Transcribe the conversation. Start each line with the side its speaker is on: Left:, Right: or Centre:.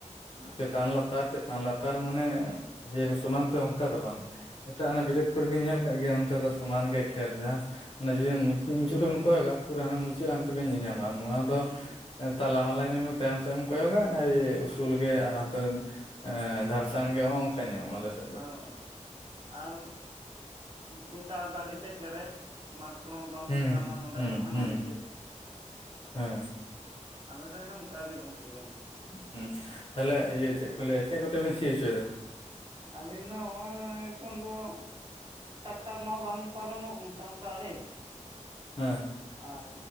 Right: ᱟᱪᱪᱷᱟ
Left: ᱪᱮᱛᱟᱱ ᱞᱟᱛᱟᱨ ᱪᱮᱛ ᱛᱟᱱ ᱞᱟᱛᱟᱨ ᱢᱟᱱᱮ ᱡᱮ ᱥᱚᱢᱟᱱ ᱛᱮ ᱚᱝᱠᱟ
Right: ᱦᱳᱭ
Left: ᱫᱚ ᱵᱟᱝ ᱡᱮᱴᱟ
Right: ᱦᱳᱭ
Left: ᱚᱱᱮ ᱵᱤᱞᱟᱹᱛ ᱠᱚᱨᱮ ᱵᱤᱧ ᱧᱮᱞ ᱠᱟᱜ ᱜᱮᱭᱟ ᱚᱱᱛᱮ ᱫᱚ ᱥᱚᱢᱟᱱ ᱜᱮᱭᱟ ᱠᱷᱮᱛ ᱡᱟᱦᱟᱸ ᱚᱱᱮ ᱡᱮ ᱢᱩ ᱢᱤᱜ ᱢᱩᱪᱟᱹᱜ ᱠᱷᱚᱡ ᱵᱤᱱ ᱠᱚᱭᱚᱜᱟ ᱯᱩᱨᱟᱹ ᱦᱟᱱᱟ ᱢᱩᱪᱟᱹᱜ ᱦᱟᱱᱛᱮ ᱵᱮᱱ ᱧᱮᱟᱢᱟ ᱱᱚᱣᱟ ᱫᱚ
Right: ᱦᱩᱸ
Left: ᱛᱟᱞᱟ ᱢᱟᱞᱟ ᱧᱮᱞ ᱢᱮ ᱛᱟᱭᱚᱢ ᱥᱮᱜ ᱮᱢ ᱠᱚᱭᱚᱜᱟ <inaudible> ᱩᱥᱩᱞ ᱜᱮ ᱟᱨ ᱦᱟᱱᱛᱮ ᱮᱸ ᱫᱷᱟᱨᱥᱟᱝ ᱜᱮ ᱚᱸ ᱚᱝᱠᱟ ᱧᱮᱧᱟᱢᱚᱜᱼᱟ ᱟᱞᱮ ᱥᱮ
Right: ᱦᱳᱭ ᱟᱨ ᱜᱚᱴᱟ ᱫᱟᱨᱮᱛᱮ ᱯᱮᱨᱮᱡ ᱢᱟᱴᱷ ᱠᱚᱦᱚᱸ ᱵᱟᱢ
Left: ᱦᱩᱸ
Right: ᱧᱮᱧᱟᱢᱟ ᱱᱚᱲᱸᱰᱮ
Left: ᱦᱩᱸ
Right: ᱠᱷᱚᱱ ᱦᱟᱱᱟ
Left: ᱦᱩᱸ
Right: ᱢᱩᱪᱟᱹᱫ᱾
Left: ᱦᱮᱸ,
Right: ᱟᱞᱮ ᱥᱮᱜ ᱦᱚᱸ ᱚᱝᱠᱟ ᱜᱮ ᱜᱚᱝᱠᱮ ᱾
Left: ᱦᱩᱸ ᱛᱟᱞᱦᱮ ᱤᱭᱟᱹ ᱪᱮᱜ ᱠᱚ ᱞᱟᱹᱭᱟ ᱪᱮᱜ ᱠᱚᱛᱮ ᱵᱮᱱ ᱥᱤ ᱦᱚᱪᱚᱭᱮᱫᱟ?
Right: ᱟᱹᱞᱤᱧ ᱫᱚ ᱦᱚᱜᱼᱚᱭ ᱮᱠᱷᱚᱱ ᱫᱚ ᱾ ᱴᱟᱠᱴᱟᱨ ᱢᱟ ᱵᱟᱝ ᱯᱟᱨᱚᱢᱚᱜ ᱢᱚᱴᱟ ᱢᱚᱴᱟ ᱟᱲᱮ ᱾
Left: ᱦᱮᱸ
Right: ᱟᱡ,